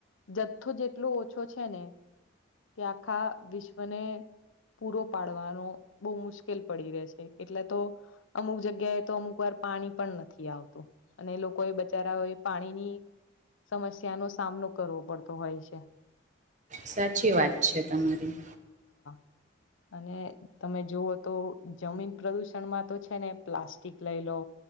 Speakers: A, on the left; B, on the right.
A: જથ્થો જ એટલો ઓછો છે ને કે આખા વિશ્વને પૂરો પાડવાનો બૌ મુશ્કેલ પડી રેહ છે એટલે તો અમુક જગ્યાએ તો અમુક વાર પાણી પણ નથી આવતું અને લોકો એ બચારાઓએ પાણીની સમસ્યાનો સામનો કરવો પડતો હોય છે.
B: સાચી વાત છે તમારી
A: <inaudible> અને તમે જોવો તો જમીન પ્રદુષણમાં તો છે ને પ્લાસ્ટિક લઈ લો